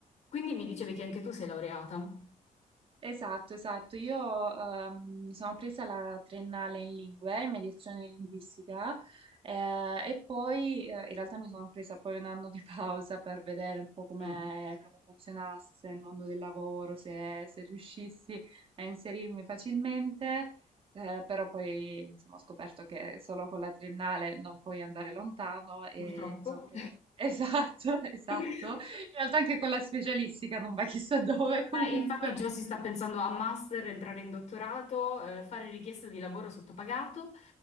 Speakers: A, on the left; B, on the right.
A: Quindi mi dicevi che anche tu sei laureata.
B: Esatto, esatto. Io ehm, mi sono presa la triennale in lingue, in mediazione linguistica, eh, e poi eh, in realtà mi sono presa poi un anno di pausa per vedere un po' come
A: Mm.
B: come funzionasse il mondo del lavoro, se, se riuscissi a inserirmi facilmente, eh, però poi insomma, ho scoperto che solo con la triennale non puoi andare lontano e
A: purtroppo.
B: mi sono presa... <laughs> Esatto, esatto.
A: <laughs>
B: In realtà anche con la specialistica non va chissà dove comunque.
A: Eh, infatti già si sta pensando a master, entrare in dottorato, eh, fare richiesta di lavoro sottopagato.